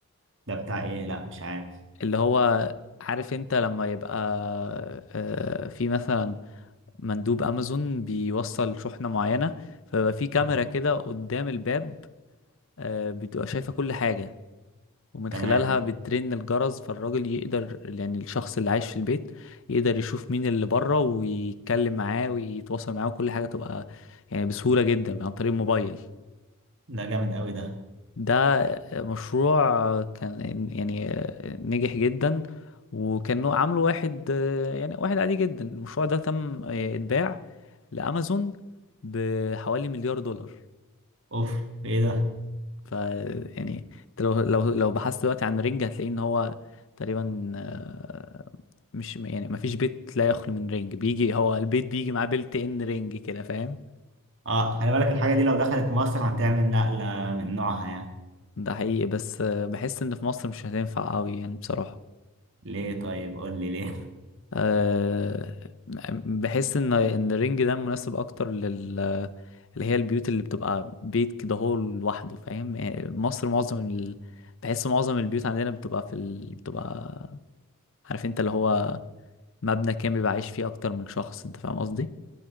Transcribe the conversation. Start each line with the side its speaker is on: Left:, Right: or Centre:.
Right: ده بتاع ايه لا مش عارف
Left: اللي هو عارف انت لما يبقى آه، في مثلا مندوب امازون بيوصل شحنة معينة فبقى في كاميرا
Right: اه
Left: كده قدام الباب آه، بتبقى شايفة كل حاجة ومن
Right: تمام
Left: خلالها بترن الجرس فالراجل يقدر يعني الشخص اللي عايش في البيت يقدر يشوف مين اللي بره ويتكلم معاه ويتواصل معاه وكل حاجة تبقى يعني بسهولة جدا عن طريق الموبايل
Right: ده جامد قوي ده
Left: ده مشروع كان يعني نجح جدا وكانوا عامله واحد يعني واحد عادي جدا المشروع ده تم اتباع لأمازون بحوالي مليار دولار
Right: اوف ايه ده
Left: ف يعني انت لو لو لو بحثت دلوقتي عن رينج هتلاقي ان هو تقريبا آه، مش يعني ما فيش بيت لا يخلو من رينج بيجي هو البيت بيجي معاه بيلت ان رينج كده فاهم
Right: اه خلي بالك الحاجه دي لو دخلت مصر هتعمل نقله من نوعها يعني
Left: ده حقيقي بس آه، بحس ان في مصر مش هتنفع قوي يعني بصراحة
Right: ليه طيب قول لي ليه <laughs>
Left: آه، بحس ان ان الرينج ده مناسب اكتر لل اللي هي البيوت اللي بتبقى بيت كده هو لوحده فاهم يعني مصر معظم ال... بحس معظم البيوت عندنا بتبقى في ال... بتبقى عارف انت اللي هو مبنى كامل بيبقى عايش فيه اكتر من شخص انت فاهم قصدي